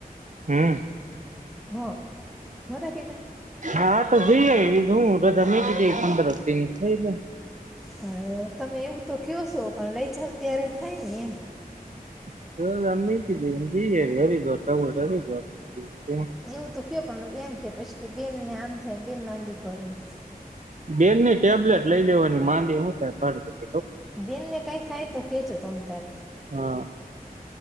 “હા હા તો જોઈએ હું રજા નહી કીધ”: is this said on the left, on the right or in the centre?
Right